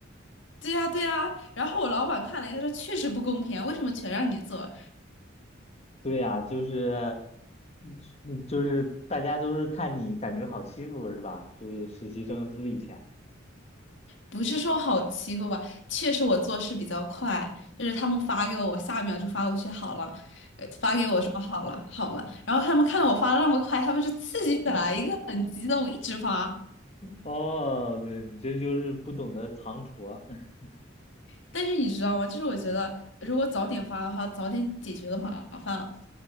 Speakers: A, on the left; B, on the left.
A: 对呀，对呀。然后我老板看了一下说，确实不公平啊，为什么全让你做？
B: 对呀，就是，嗯嗯就是大家都是看你感觉好欺负是吧？就是实习生资历浅。
A: 不是说好欺负吧，确实我做事比较快，就是他们发给我，我下一秒就发过去好了，呃发给我说好了好了，然后他们看到我发的那么快，他们就刺激起来，
B: <laughs>
A: 一个很激动，一直发。
B: 哦，对，你这就是不懂得藏拙。<laughs>
A: 但是你知道吗？就是我觉得如果早点发的话，早点解决了麻烦。